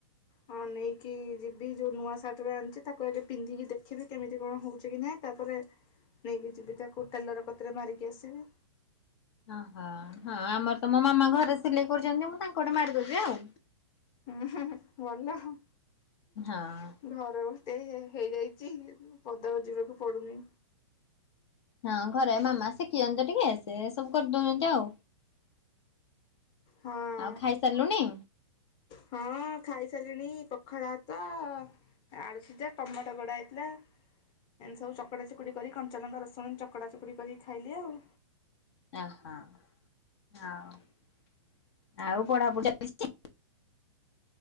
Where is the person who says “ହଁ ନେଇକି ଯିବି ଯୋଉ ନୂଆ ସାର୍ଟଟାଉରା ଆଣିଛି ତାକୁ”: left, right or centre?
Left